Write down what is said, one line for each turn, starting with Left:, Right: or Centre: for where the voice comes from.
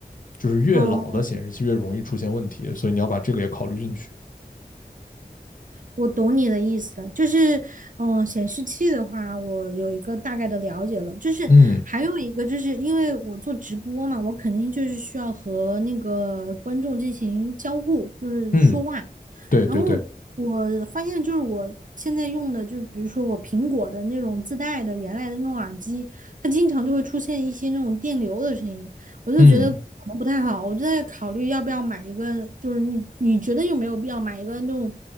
Left: 就是越老的显示器越容易出现问题，
Right: 哦，
Left: 所以你要把这个也考虑进去。
Right: 我懂你的意思了，就是，嗯，显示器的话，我有一个大概的了解了。就是还有一个，
Left: 嗯
Right: 就是因为我做直播嘛，我肯定就是需要和那个观众进行交互，就是说话。
Left: 嗯，对对对，
Right: 然后我发现就是我现在用的，就是比如说我苹果的那种自带的原来的那种耳机，它经常就会出现一些那种电流的声音，我就觉得可能不太好，
Left: 嗯。
Right: 我就在考虑要不要买一个，就是你你觉得有没有必要买一个那种